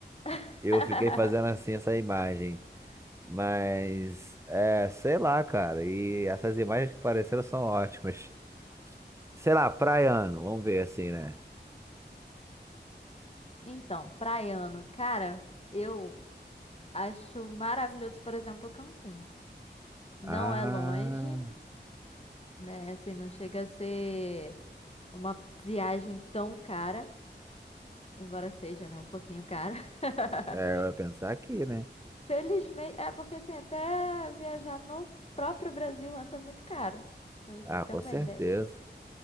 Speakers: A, on the left (about 35°); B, on the right (about 15°).
A: <laughs>
B: Eu fiquei fazendo assim essa imagem. Mas, é, sei lá, cara. E essas imagens que apareceram são ótimas. Sei lá, praiano, vamos ver assim, né?
A: Então, praiano, cara, eu acho maravilhoso, por exemplo, Cancún. Não
B: Ah,
A: é longe, né? Assim, não chega a ser uma viagem tão cara, embora seja, né, um pouquinho cara. <laughs>
B: é, eu ia pensar aqui, né?
A: Felizmente, é porque assim, até viajar no próprio Brasil anda muito caro. Pra você
B: Ah,
A: ter
B: com
A: uma
B: certeza.
A: ideia,